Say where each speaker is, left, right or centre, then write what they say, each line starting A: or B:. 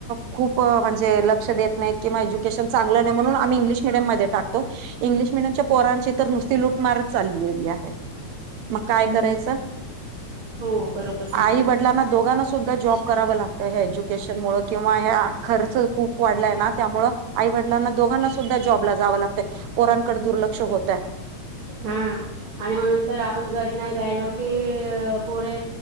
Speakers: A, on the right; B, on the right.
A: खूप म्हणजे लक्ष देत नाहीत. किंवा एज्युकेशन चांगलं नाही म्हणून आम्ही इंग्लिश मिडयममध्ये टाकतो. इंग्लिश मिडियमच्या पोरांची तर नुसती लुटमारच चाललेली आहे. मग काय
B: ह
A: करायचं
B: हो बरोबर सांगितलं
A: आई वडिलांना दोघांना सुद्धा जॉब कराव लागतं एज्युकेशन ममुळं किंवा ह्या खर्च खूप वाढलाय ना त्यामुळे आई वडिलांना दोघांना सुद्धा जॉबला जावं लागतं पोरांकडे दुर्लक्ष होत्या.
B: हा आणि म नंतर आ आपण घरी नाही राहिलो की पोरे